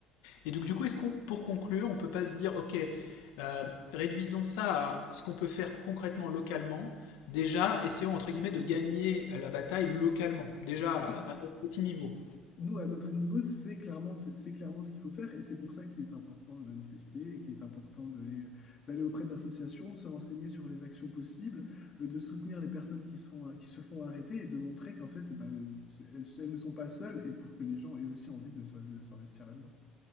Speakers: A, on the left; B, on the left.
A: Et donc du coup, est-ce qu'on, pour conclure, on peut pas se dire, ok, euh, réduisons ça à ce qu'on peut faire concrètement localement. Déjà, essayons entre guillemets de gagner la bataille localement, déjà
B: C'est ça.
A: à, à notre petit niveau.
B: Nous, à notre niveau, c'est clairement, c'est c'est clairement ce qu'il faut faire et c'est pour ça qu'il est important de manifester et qu'il est important d'aller d'aller auprès d'associations, de se renseigner sur les actions possibles, euh, de soutenir les personnes qui se font, qui se font arrêter et de montrer qu'en fait, bah, euh, c'est- elles, elles ne sont pas seules et pour que les gens aient aussi envie de s'in- de s'investir là-dedans.